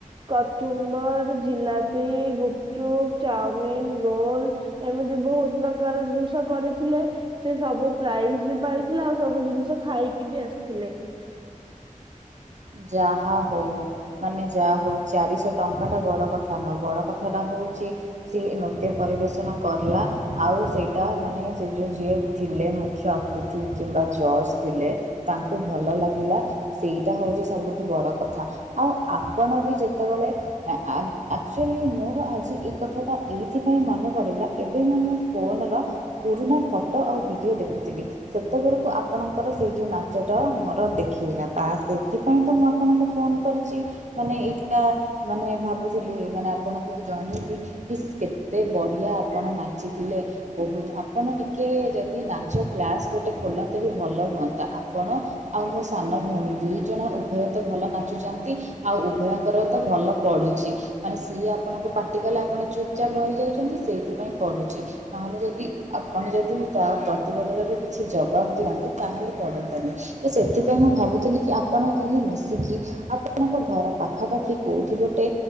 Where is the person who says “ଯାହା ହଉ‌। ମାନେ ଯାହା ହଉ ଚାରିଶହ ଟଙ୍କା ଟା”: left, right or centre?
Right